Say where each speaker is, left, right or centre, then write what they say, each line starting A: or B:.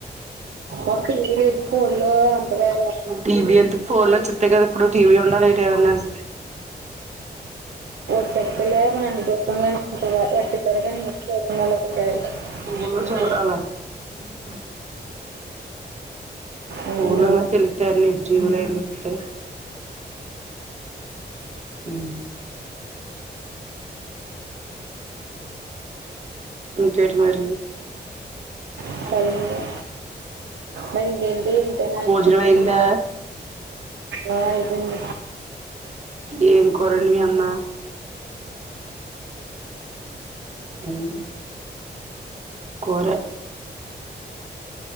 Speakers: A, on the right; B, on the right.
A: ఒకటి ఏమి లేదు ఫోన్ లో అంతగారారు
B: టీవీ ఫోన్ లో చుత్తే కదా ఎప్పుడు టీవీ ఉండాలేటి ఏవన్నాని
A: చ్చక్కలే మని అన్ని గొప్పంగా వట్టి పెడగా నారు <unintelligible>
B: ఫోన్ లో <inaudible>
A: అవును
B: ఊర్లోనొ తెలిత్తె అన్నిఇచి ఈ ఊర్లో ఏం దొరుకుతాయి మ్ ఇంకేంటి మరీ
A: సరేలే
B: అవును
A: మరి ఇంకేంటి ఇంతేనా
B: భోజనమయిందా
A: ఆ అయిపోయింది
B: ఏం కూర వండింది మి అమ్మా మ్ కూరె